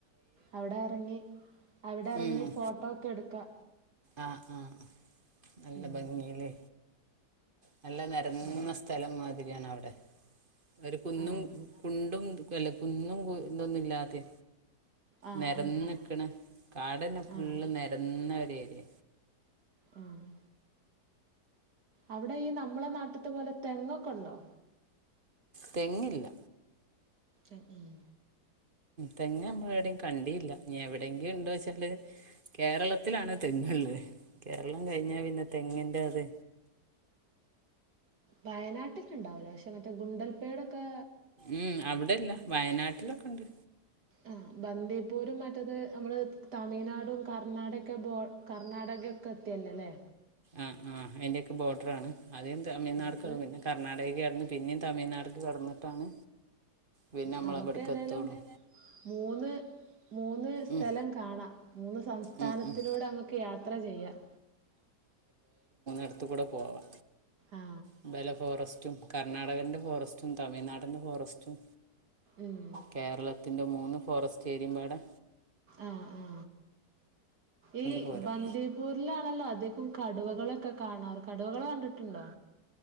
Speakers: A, on the right; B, on the right.
A: അവിടെ എറങ്ങി അവിടെ എറങ്ങി
B: ഉം
A: ഫോട്ടോക്കെ എടുക്കാ
B: ആ ആ നല്ല
A: ഉം
B: ഭംഗിയില് നല്ല നിരന്ന
A: ഉം
B: സ്ഥലം മാതിരി ആണ് അവിടെ ഒരു കുന്നു
A: ആഹ്
B: കുണ്ടും അല്ല കുന്നു ഇതൊന്നുമില്ലാതെ
A: ആഹ്
B: നിരന്ന്
A: ആഹ്
B: നിക്കണ കാട് തന്നെ ഫുൾ
A: ആഹ്
B: നിരന്ന് നിക്കണ
A: ആഹ് അവിടെ ഈ നമ്മള നാട്ടിലത്തെ പോലെ തെങ്ങൊക്കെ ഉണ്ടോ
B: തെങ്ങില്ല
A: ഉം ഉം
B: തെങ്ങ് നമ്മള് എവിടേം കണ്ടീല്ല, ഇനി എവിടേങ്കിലും ഇണ്ടോച്ചാല് കേരളത്തിലാണ് തെങ്ങിള്ളത്, കേരളം കഴിഞ്ഞാ പിന്നെ തെങ്ങിൻ്റെ ഇത്
A: വയനാട്ടിട്ടുണ്ടാവുല്ലോ പഷേ മറ്റെ ഗുണ്ടൽ പേടൊക്കെ
B: ഉം അവിടെയല്ല വയനാട്ടിലൊക്കെ ഇണ്ട്
A: ആഹ് ബന്ദി പൂരും മറ്റത് നമ്മള് തമിഴ്നാടും കർണ്ണാടക ബോ കർണ്ണാടകൊക്കെ എത്തിയെല്ലോലേ
B: ആഹ് ആഹ് അതിൻ്റെയൊക്കെ ബോഡറാണ്. അദ്യം തമിഴ്നാട്ക്ക്
A: നമുക്ക്
B: <unintelligible> പിന്നെ കർണാടകയ്ക്കാ പിന്നെയും തമിഴ്നാട്ക്ക് കടന്നിട്ടാണ് പിന്നെ നമ്മളെ
A: നമുക്ക്
B: ഇവിടക്ക്
A: ഏതായാലും
B: എത്തുള്ളൂ
A: മൂന്ന് മൂന്ന് സ്ഥലം
B: ഉം
A: കാണാം മൂന്ന് സംസ്ഥാനത്തിലൂടെ
B: ഉം ഉം
A: നമുക്ക് യാത്ര ചെയ്യാം
B: അടുത്ത് കൂടെ പോവാ
A: ആ
B: <unintelligible> ഫോറസ്റ്റ് കർണാടകന്റെ ഫോറസ്റ്റും തമിഴ്നാടിന്റെ ഫോറസ്റ്റും
A: ഉം
B: കേരളത്തിന്റെ മൂന്ന് ഫോറസ്റ്റ് ഏരിയയും അവിടെ
A: ആ ആ ഈ
B: പോരാം
A: ബന്ദിപൂരിലാണല്ലോ അധികം കടുവകളൊക്കെ കാണാറ് കടുവകള് കണ്ടിട്ടുണ്ടോ